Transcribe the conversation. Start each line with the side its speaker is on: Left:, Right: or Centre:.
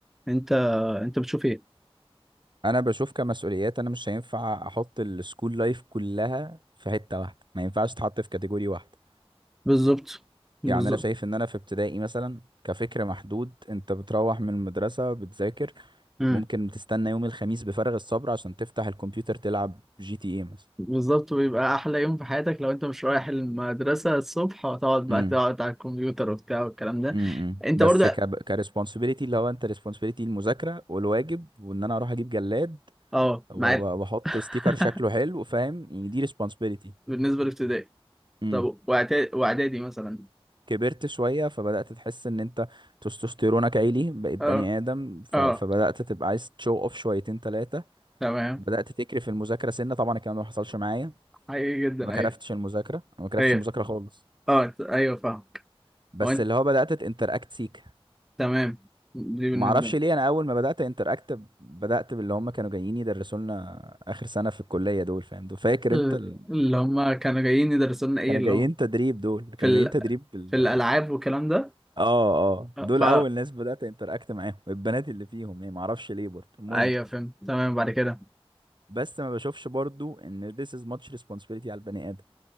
Centre: انت انت بتشوف ايه
Right: انا بشوف كمسؤوليات انا مش هينفع احط السكول لايف كلها في حتة واحدة ما ينفعش تحط في كاتيجوري واحدة
Centre: بالظبط بالظبط
Right: يعني انا شايف ان انا في ابتدائي مثلا كفكر محدود انت بتروح من المدرسة بتذاكر
Centre: امم
Right: ممكن تستنى يوم الخميس بفارغ الصبر عشان تفتح الكمبيوتر تلعب جي تي اي مثلا
Centre: بالظبط بيبقى احلى يوم في حياتك لو انت مش رايح المدرسه الصبح وتقعد بقى
Right: امم
Centre: تقعد على الكمبيوتر وبتاع والكلام ده
Right: امم
Centre: انت
Right: بس
Centre: برضه
Right: ك كريسبونسبيلتي اللي هو انت ريسبونسبيلتي المذاكره والواجب وان انا اروح اجيب جلاد
Centre: اه
Right: و-
Centre: معاك
Right: واحط
Centre: <laughs>
Right: ستيكر شكله حلو فاهم يعني دي ريسبونسبيلتي
Centre: بالنسبه لابتدائي
Right: امم
Centre: طب واعدادي وإعدادي مثلا
Right: كبرت شويه فبدات تحس ان انت تستوستيرونك عالي بقيت بني
Centre: اه
Right: ادم ف...
Centre: اه
Right: فبدات تبقى عايز تشو اوف شويتين ثلاثه
Centre: تمام
Right: بدات تكرف المذاكره سنه طبعا الكلام ده ما حصلش معايا
Centre: حقيقي جدا
Right: ما كرفتش
Centre: ايوه
Right: المذاكره أنا ما كرفتش
Centre: ايوه
Right: المذاكره خالص
Centre: اه أنت- ايوه فاهمك
Right: بس
Centre: هو انت
Right: اللي هو بدات تنتراكت سيك
Centre: تمام دي بالنسبه
Right: ما اعرفش
Centre: لي
Right: ليه انا اول ما بدات انتراكت بدات باللي هم كانوا جايين يدرسوا لنا اخر سنه في الكليه دول فاهم دول فاكر
Centre: ال-
Right: انت ال...
Centre: اللي هم كانوا جايين يدرسوا لنا ايه
Right: كانوا
Centre: اللي
Right: جايين
Centre: هم
Right: تدريب دول كانوا
Centre: في ال...
Right: جايين تدريب بال...
Centre: في الالعاب والكلام ده
Right: اه اه
Centre: آه،
Right: دول
Centre: ف
Right: اول ناس بدات انتراكت معاهم البنات اللي فيهم يعني ما اعرفش ليه برضه المهم
Centre: ايوه فهمت تمام بعد كده
Right: بس ما بشوفش برضه ان this is much responsibility على البني ادم